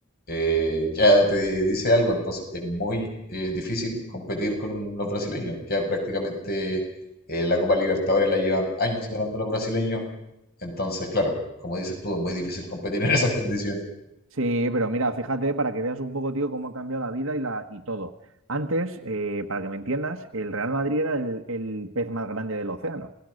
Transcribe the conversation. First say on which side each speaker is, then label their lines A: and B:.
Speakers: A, on the left; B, on the right.
A: eh, ya te dice algo. Entonces, es muy eh, difícil competir con los brasileños. Ya prácticamente eh, la Copa Libertadores la llevan años ganando los brasileños. Entonces, claro, como dices tú, es muy difícil competir en esas condiciones.
B: Sí, pero mira, fíjate para que veas un poco, tío, cómo ha cambiado la vida y, la, y todo. Antes, eh, para que me entiendas, el Real Madrid era el, el pez más grande del océano.